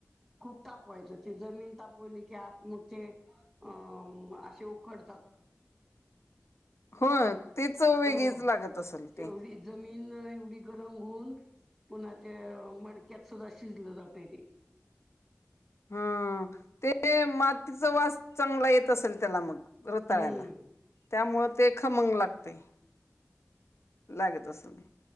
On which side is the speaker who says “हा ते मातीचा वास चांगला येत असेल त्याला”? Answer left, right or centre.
Left